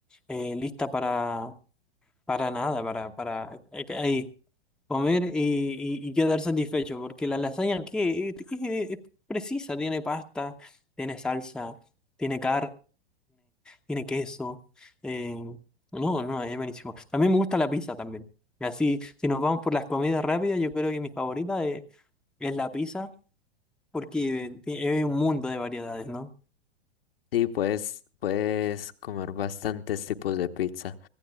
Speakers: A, in the centre; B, on the left (about 60°).
A: eh, lista para, para nada, para, para eh, que- ahí, comer y, y- y quedar satisfecho, porque la lasaña que es, es- es precisa, tiene pasta, tiene salsa, tiene carne, tiene queso. eh, no, no, es buenísimo. También me gusta la pizza también. Así, si nos vamos por las comidas rápidas, yo creo que mi favorita es es la pizza, porque ti- hay un mundo de variedades, ¿no?
B: Sí, puedes, puedes comer bastantes tipos de pizza.